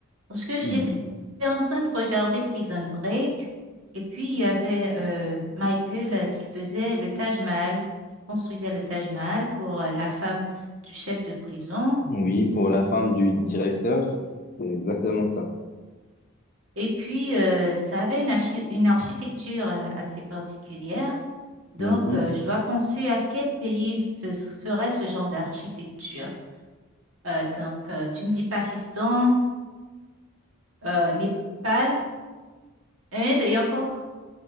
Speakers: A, on the right; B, on the left.
A: parce que
B: Mhm.
A: j'étais en train de regarder Prison Break, et puis il y avait euh, Michael euh, qui faisait le Taj Mahal, qui construisait le Taj Mahal pour euh, la femme du chef de prison.
B: Oui, pour la femme du directeur, c'est exactement ça.
A: Et puis, euh, ça avait une, archi- une architecture euh, assez particulière. Donc,
B: Mhm.
A: euh, je dois penser à quel pays fais- ferait ce genre d'architecture. Euh, donc, euh, tu me dis Pakistan, euh, Népal. Inde et encore